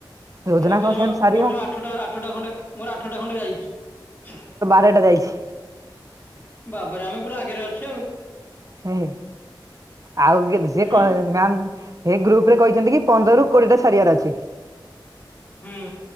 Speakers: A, on the right; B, on the left.
A: ଯୋଜନା
B: ମୋର
A: କଣ
B: ତ ଜମା
A: ସେମିତି ସାରିବା
B: ମୋର ଜମା ଆଠୁଟା ଆଠୁଟା ଖଣ୍ଡେ ମୋର ଆଠୁଟା ଖଣ୍ଡେ ଯାଇଛି।
A: ପେ ଟା ଯାଇଛି।
B: ବାବାରେ ଆମେ ପୁରା ଆଗରେ ଅଛେ ଆଉ ‌।
A: ଏ ହେ ଆଉ କେତେ ସେ
B: ହୁଁ
A: କ ହେ ମ୍ୟାମ। ହେ ଗ୍ରୁପ ରେ କହିଛନ୍ତି କି ପନ୍ଦରରୁୁ କୋଡିଏଟା ସାରିବାର ଅଛି।
B: ହୁଁ